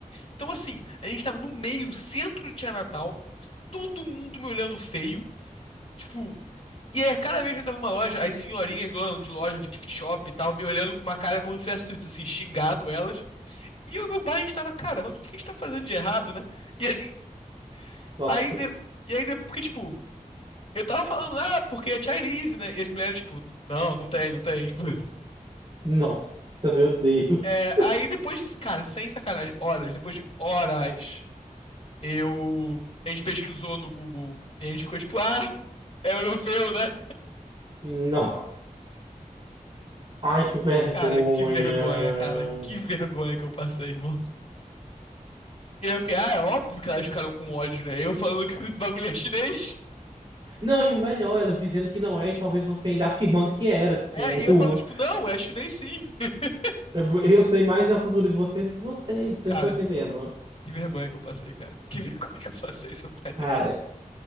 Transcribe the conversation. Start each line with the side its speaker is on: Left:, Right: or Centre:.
Left: Então, assim, a gente tava no meio, no centro de Chinatown, todo mundo me olhando feio, tipo. E aí, cada vez que eu entrava numa loja, as senhorinhas donas de loja de gift shop e tal, me olhando com uma cara como se eu tivesse, assim, xingado elas. E o meu pai estava, cara, mas o que a gente tá fazendo de errado, né? E aí, <laughs>
Right: Nossa.
Left: de- e aí de- porque, tipo, eu tava falando, ah, porque é Chinese, né? E as mulheres, tipo, não, não tem, não tem. <laughs> Tipo,
Right: Nossa, meu Deus.
Left: é, aí depois, cara, sem sacanagem, horas, depois de horas, eu. A gente pesquisou no Google e a gente ficou, tipo, ah, é europeu, né?
Right: Não. Ai, que vergonha.
Left: Cara, que vergonha, cara. Que vergonha que eu passei, irmão. E aí eu fiquei, ah, é óbvio que elas ficaram com ódio, né? Eu falando que o bagulho é chinês.
Right: Não, e o melhor, elas dizendo que não é, e talvez você ainda afirmando que era. Tipo,
Left: É, e eu falando, tipo, não, é chinês sim. <laughs>
Right: <laughs> eu sei mais da cultura de vocês que vocês, vocês
Left: Cara,
Right: não estão entendendo.
Left: Que vergonha que eu passei, cara. Que <laughs> vergonha que eu passei, você não tá entendendo.
Right: Cara,